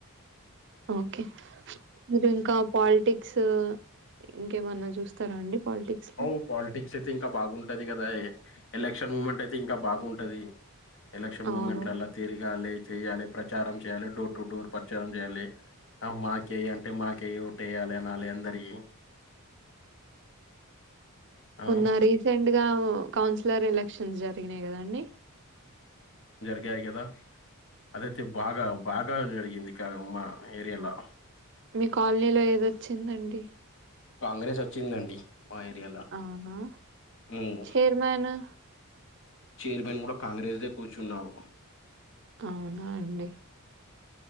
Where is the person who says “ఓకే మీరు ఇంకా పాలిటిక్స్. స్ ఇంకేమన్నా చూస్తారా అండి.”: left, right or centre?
Right